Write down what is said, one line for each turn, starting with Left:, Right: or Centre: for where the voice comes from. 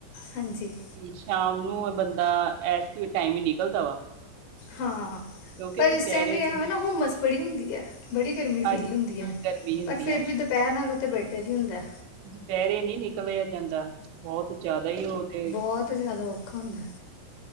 Left: ਹਾਂਜੀ।
Right: ਤੇ ਸ਼ਾਮ ਨੂੰ ਬੰਦਾ ਐਸ ਕ ਟਾਈਮ ਹੀ ਨਿਕਲਦਾ ਵਾ
Left: ਹਾਂ
Right: ਕਿਉਂਕਿ
Left: ਪਰ ਇਸ
Right: ਦੁਪਹਿਰੇ
Left: ਸੈਮ ਵੀ ਇਹ
Right: ਤੇ
Left: ਹੋਏਨਾ ਹੁੰਮਸ ਬੜੀ ਹੁੰਦੀ ਹੈ ਬੜੀ ਗਰਮੀ ਫੀਲ
Right: ਹਾਂਜੀ
Left: ਹੁੰਦੀ ਹੈ
Right: ਗਰਮੀ ਹੁੰਦੀ
Left: ਪਰ ਫਿਰ
Right: ਹਾਂਜੀ।
Left: ਵੀ ਦਪੈ ਸ਼ਹਿਰ ਨਾਲੋਂ ਤੇ ਬੈੇਟਰ ਹੀ ਹੁੰਦਾ।
Right: ਦੁਪਹਿਰੇ ਨਹੀਂ ਨਿਕਲਿਆ ਜਾਂਦਾ ਬਹੁਤ ਜ਼ਿਆਦਾ ਹੀ ਔ ਤੇ
Left: ਬਹੁਤ ਜ਼ਿਆਦਾ ਔਖਾ ਹੁੰਦਾ ਹੈ।